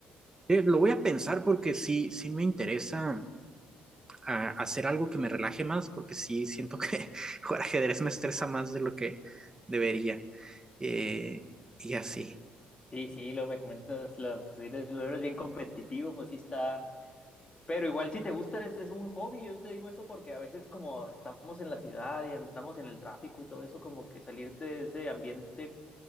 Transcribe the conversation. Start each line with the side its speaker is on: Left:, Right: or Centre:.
Right: Eh, lo voy a pensar porque sí, sí me interesa a hacer algo que me relaje más, porque sí siento que <laughs> jugar ajedrez me estresa más de lo que debería. Eh, y así,
Left: Sí, sí, lo me comentas, lo, pues eres, lo eres bien competitivo, pues sí está. Pero igual si te gusta es, es un hobby, yo te digo eso porque a veces como estamos en la ciudad y andamos en el tráfico y todo eso, como que salirte de ese ambiente